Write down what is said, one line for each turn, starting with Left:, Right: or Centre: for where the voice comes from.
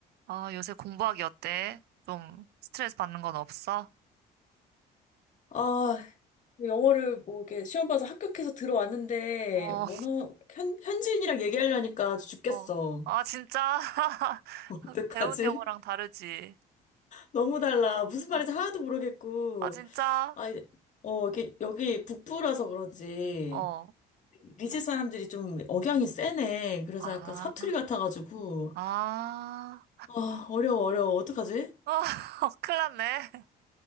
Right: 아, 요새 공부하기 어때? 좀 스트레스 받는 건 없어?
Left: 아, 영어를 뭐 이렇게 시험 봐서 합격해서 들어왔는데,
Right: 어,
Left: 원어, 현, 현지인이랑 얘기하려니까 아주 죽겠어.
Right: 어. 아, 진짜? <laughs>
Left: <laughs> 어떡하지?
Right: 배운 영어랑 다르지?
Left: 너무 달라. 무슨 말인지
Right: 어.
Left: 하나도 모르겠고.
Right: 아, 진짜?
Left: 아, 이제- 어, 이게 여기 북부라서 그런지,
Right: 어.
Left: 리즈 사람들이 좀 억양이 세네. 그래서
Right: 아,
Left: 약간 사투리 같아가지고,
Right: 아.
Left: 아, 어려워, 어려워. 어떡하지?
Right: 어, <laughs> 큰일 났네.